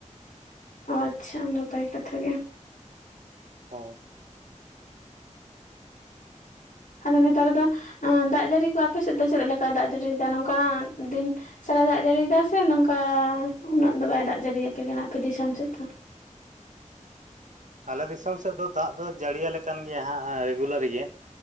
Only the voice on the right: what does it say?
ᱦᱚ ᱸ ᱾
ᱟᱞᱮ ᱫᱤᱥᱚᱢ ᱥᱮᱫ ᱫᱚ ᱫᱟᱜ ᱫᱚ ᱡᱟᱹᱲᱤᱭ ᱟᱞᱮ ᱠᱟᱱ ᱜᱮᱭᱟ ᱦᱟᱸᱜ ᱨᱮᱜᱩᱞᱟᱨ ᱜᱮ ᱾